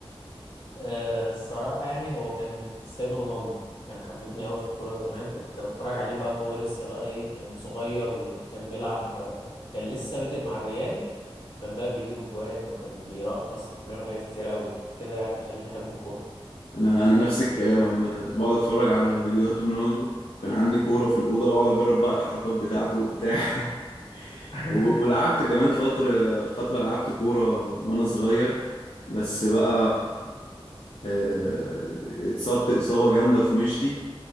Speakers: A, on the left; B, on the left.
A: أه الصراحة يعني هو كان كريستيانو رونالدو كان حببني أوي في الكورة زمان كنت بتفرج عليه بقى هو لسه بقى إيه كان صغير وكان بيلعب آه، كان لسه بادئ مع الريال وكان بقى بيجيب أجوان وكان بيرقص وكان بيعمل حاجات كتير أوي عشان كده يعني خليني أحب الكورة
B: انا انا نفس الكلام عامة كنت بقعد اتفرج على فيديوهات رونالدو كان عندي كورة في الأوضة بقعد أجرب بقى الحركات بتاعته وبتاع <laughs>
A: <laughs>
B: و- ولعبت كمان فترة فترة لعبت كورة وأنا صغير بس بقى آه، اتصبت إصابة جامدة في مشتي